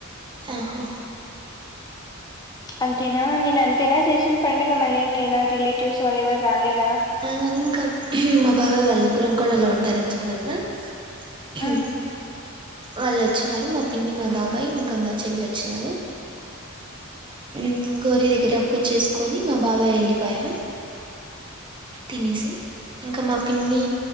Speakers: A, on the right (about 25°); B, on the left (about 20°).
A: అహా
B: అంతేనా నిన్న అంతేనా చేసింది పండగ మళ్ళ ఏం లేదా రిలేటివ్స్ వాళ్ళు ఎవరు రాలేదా
A: ఆ ఇంకా మా బాబాయ్ వాళ్ళు గుర్రంకొండ లో ఉంటారని చెప్పిన గదా హు
B: ఆ
A: వాళ్ళు వచ్చినారు మా పిన్ని మా బాబాయ్ ఇంకా మా చెల్లె వచ్చినారు ఉమ్ గోరీ దగ్గర అప్పు చేసుకొని మా బాబాయ్ యెళ్ళిపాయా తినేసి ఇంకా మా పిన్ని